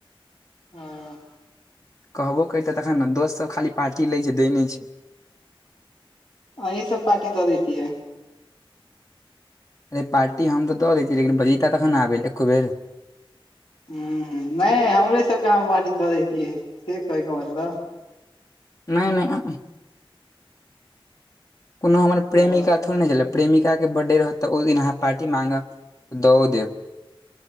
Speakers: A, on the left (about 70°); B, on the left (about 35°).
A: हँ
B: कहबो करतै तखन न दोससब खाली पार्टी लै छै देै नहि छै।
A: अहि सब पार्टी दऽ दैतियै
B: ऐ पार्टी हम तऽ दऽ दैतियै लेकिन बजिता तखन न‌ आबै एको बेर
A: हु नै हमरे सबके अहाँ पार्टी दऽ देतियै से कहै के मतलब
B: नै नै उह कोनो हमर
A: ओ
B: प्रेमिका थोड़े ने छैला प्रेमिकाके बड्डे रहत तऽ ओहि दिन अहाँ पार्टी माँगब तऽ दओ देब